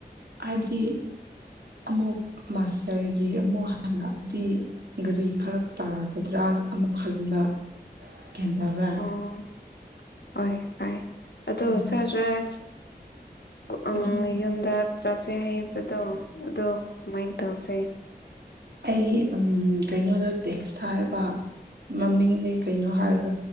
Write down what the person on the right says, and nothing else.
ꯍꯥꯏꯕꯗꯤ ꯑꯃꯨꯛ ꯃꯥꯁꯇꯔꯒꯤ ꯑꯃꯨꯛ ꯍꯥꯟꯅꯗꯤ ꯒꯥꯔꯤ ꯐꯔꯛ ꯇꯥꯒꯗ꯭ꯔꯥ ꯑꯃꯨꯛ ꯈꯟꯕ ꯒꯌ꯭ꯥꯟ ꯇꯕ꯭ꯔꯥ
ꯎꯝ
ꯑꯗꯨ
ꯑꯩ ꯎꯝ ꯀꯩꯅꯣꯗ ꯇꯦꯛꯁ ꯊꯥꯏꯑꯕ ꯃꯃꯤꯡꯗꯤ ꯀꯩꯅꯣ ꯍꯥꯏꯔꯒ